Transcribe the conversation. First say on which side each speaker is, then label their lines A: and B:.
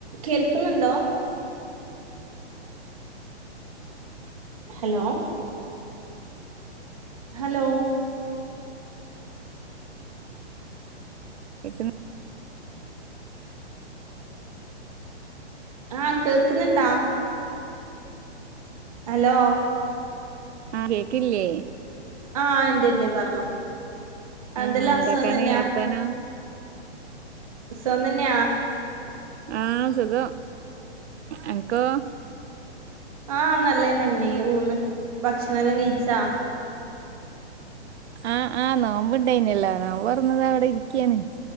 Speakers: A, on the right; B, on the right.
A: കേൾക്കുന്നുണ്ടോ ഹലോ ഹലോ
B: കേൾക്കുന്നു
A: ആഹ് കേക്കുന്നുണ്ടാ ഹലോ
B: ആഹ് കേക്കില്ലേ
A: ആഹ് ഇണ്ട് ഇണ്ട് പറഞ്ഞോ
B: ആ
A: എന്തെല്ലാം
B: എന്തൊക്കാണ്
A: അസുഖം തന്നെയാ
B: വർത്താനം
A: സുഖംതന്നെയാ
B: ആഹ സുഖം എനക്കോ
A: ആഹ നല്ലതന്നെ അങ്ങനേ പോന്ന് ഭക്ഷണ എല്ലാം കഴിച്ചാ
B: ആഹ ആഹ നോമ്പ്ണ്ടായിനല്ലോ നോബൊർന്ന് ദാ അവിടെ ഇരിക്കയാണ്